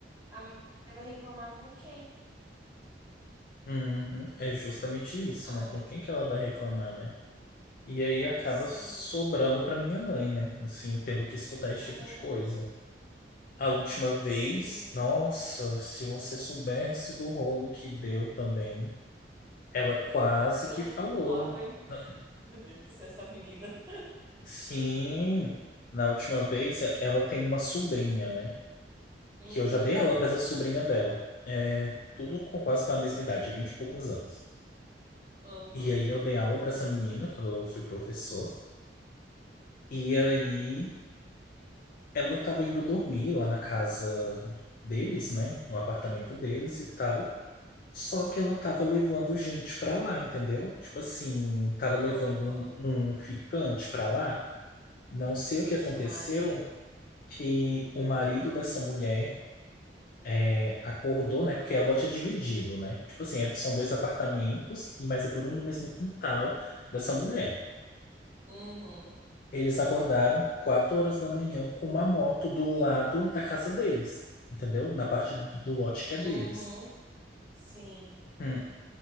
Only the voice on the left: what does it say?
Uhum, é justamente isso,
né? Com quem que ela vai reclamar, né? E aí acaba
sobrando para minha mãe, né? Assim, tendo que escutar esse
tipo de coisa. A última vez,
nossa, se você soubesse do rolo que deu também, ela quase
que
falou.
Ah,
Sim, na última vez ela tem uma sobrinha, né?
que eu já dei aula para essa sobrinha dela. É, tudo com quase que a mesma idade, vinte e poucos anos.
E aí eu dei aula para essa menina quando eu fui professor. E aí ela estava indo dormir lá na casa deles, né? No apartamento deles e tal. Só que ela tava levando gente pra lá, entendeu? Tipo assim, tava
levando um, um ficante pra lá. Não sei o
que aconteceu,
que o marido dessa mulher É, acordou, né? Porque é lote é dividido, né? Tipo assim, é- são dois apartamentos, e mas é tudo no mesmo quintal dessa mulher.
Eles acordaram quatro horas da manhã com uma moto do lado da casa deles, entendeu? Na parte do, do lote que
é deles.
Hum.